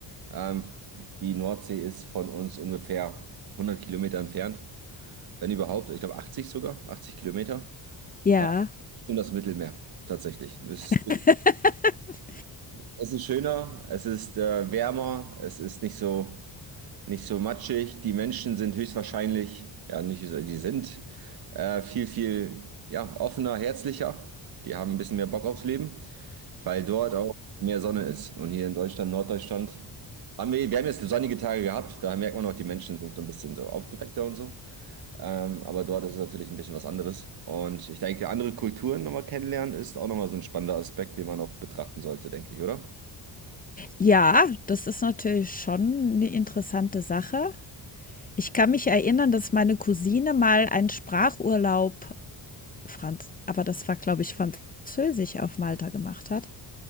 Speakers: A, on the right (about 55°); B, on the left (about 20°).
A: Ähm, die Nordsee ist von uns ungefähr 100 Kilometer entfernt, wenn überhaupt. Ich glaube 80 sogar, 80 Kilometer.
B: ja.
A: Äh, ich nehme das Mittelmeer tatsächlich. Das ist
B: <laughs>
A: es ist schöner, es ist äh, wärmer, es ist nicht so, nicht so matschig. Die Menschen sind höchstwahrscheinlich, ja, nicht, so, die sind äh, viel, viel, ja, offener, herzlicher. Die haben ein bisschen mehr Bock aufs Leben, weil dort auch mehr Sonne ist. Und hier in Deutschland, Norddeutschland, haben wir, wir haben jetzt sonnige Tage gehabt. Da merkt man auch, die Menschen sind so ein bisschen so aufgeweckter und so. Ähm, aber dort ist es natürlich ein bisschen was anderes. Und ich denke, andere Kulturen nochmal kennenlernen ist auch nochmal so ein spannender Aspekt, den man auch betrachten sollte, denke ich, oder?
B: Ja, das ist natürlich schon eine interessante Sache. Ich kann mich erinnern, dass meine Cousine mal einen Sprachurlaub Franz aber das war, glaube ich, Französisch auf Malta gemacht hat.